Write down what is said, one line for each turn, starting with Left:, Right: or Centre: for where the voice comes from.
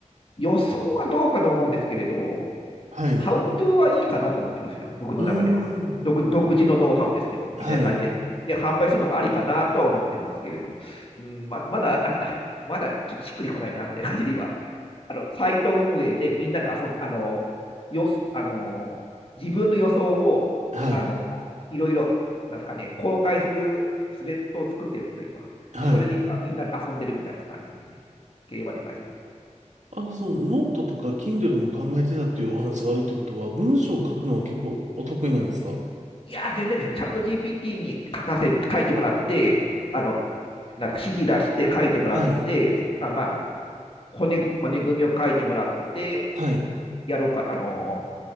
Left: 予想はどうかと思うんですけれど、
Right: はい。
Left: ハウトゥーはいいかなと思ってるんですよ、僕の中では。
Right: うーん。
Left: 独、独自のノウハウですよ、みたいな感じで。
Right: はい。
Left: で、販売するのはありかなとは思ってますけれど、うん、ま、まだなんか、まだちょっとしっくりこないな、みたいな感じで今、あの、サイト運営でみんなで遊ん、あの、よあの、自分の予想を、
Right: はい。
Left: あの、いろいろ、なんですかね、公開するスレッドを作ってるんですよ、今。
Right: はい。
Left: で、それで今、みんなで遊んでるみたいな感じですね。競馬に関しては。
Right: あの、そのノートとか Kindle も考えてたっていうお話があるってことは、文章を書くのは結構お得意なんですか
Left: いやー、全然ですよ。チャット GPT に書かせ、書いてもらって、あの、なんか指示出して書いてもらって、
Right: はい。
Left: あ、まあ、骨、骨組みを書いてもらって、
Right: はい。
Left: やろうか、あの